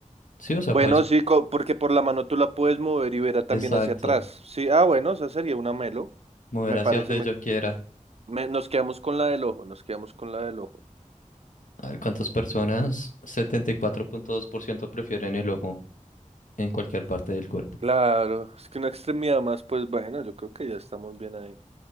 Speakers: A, on the left; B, on the right.
A: Sí, o sea,
B: Bueno,
A: pues,
B: sí, co- porque por la mano tú la puedes mover y verá también
A: exacto.
B: hacia atrás. Sí, ah, bueno, esa sería una melo.
A: Mover
B: Me
A: hacia
B: parece,
A: donde
B: me,
A: yo quiera.
B: me- nos quedamos con la del ojo, nos quedamos con la del ojo.
A: A ver cuántas personas, setenta y cuatro punto dos por ciento prefieren el ojo en cualquier parte del cuerpo.
B: Claro, es que una extremidad más, pues bueno, yo creo que ya estamos bien ahí.